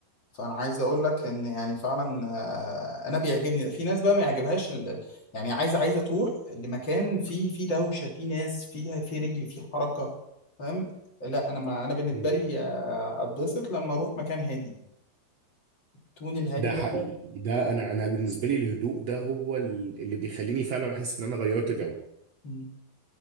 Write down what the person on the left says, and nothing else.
فانا عايز اقول لك ان يعني فعلا آه، انا بيعجبني في ناس بقى ما يعجبهاش ال... يعني عايزه عايزه تروح لمكان فيه فيه دوشه فيه ناس فيه فيه رجل فيه حركه فاهم لا انا ما انا بالنسبه
لي آه، اتبسط لما اروح مكان هادي تون الهادي
ده
مم.